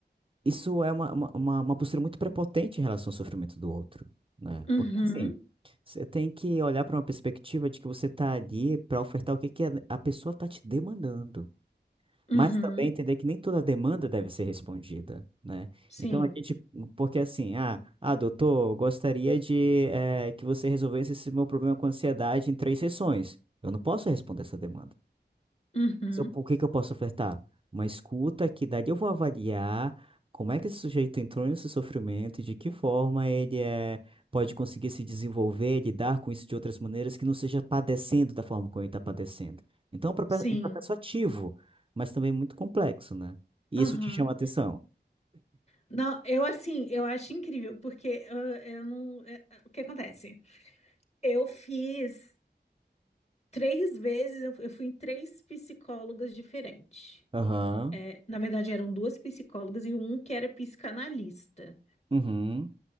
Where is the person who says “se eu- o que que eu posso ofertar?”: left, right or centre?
Right